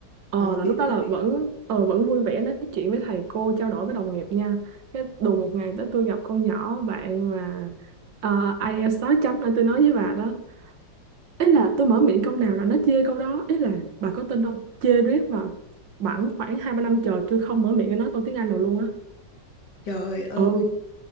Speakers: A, on the right; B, on the left.
A: Ờ
B: ờ
A: là
B: biết
A: lúc đó
B: biết
A: là
B: biết
A: vẫn ờ vẫn vui vẻ nói chuyện với thầy cô, trao đổi với đồng nghiệp nha. Cái đùng một ngày tới tôi gặp con nhỏ bạn mà uh, IELTS 6 chấm nữa tôi nói với bà đó ý là tôi mở miệng câu nào là nó chê câu đó ý là bà có tin không chê riết mà bẵng khoảng hai ba năm trời tôi không mở miệng nói câu tiếng Anh nào luôn á
B: trời ơi
A: ừ